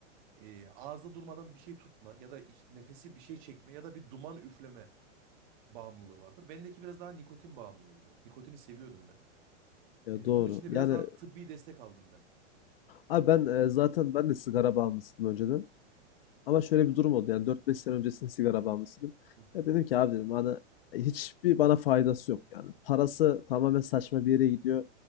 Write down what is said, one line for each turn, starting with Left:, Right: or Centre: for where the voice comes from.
Right: e, ağızda durmadan bir şey tutma ya da iç- nefesi bir şey çekme ya da bir duman üfleme bağımlılığı vardır. Bendeki biraz daha nikotin bağımlılığıydı. Nikotini seviyordum ben.
Left: Ya
Right: Ee,
Left: doğru.
Right: bunun için de
Left: Yani
Right: biraz daha tıbbi destek aldım ben.
Left: abi ben e, zaten ben de sigara bağımlısıydım önceden. Ama şöyle bir durum oldu yani dört beş sene öncesinde sigara bağımlısıydım.
Right: Hı hı,
Left: Ya dedim ki abi dedim bana hiçbir bana faydası yok yani. Parası tamamen saçma bir yere gidiyor.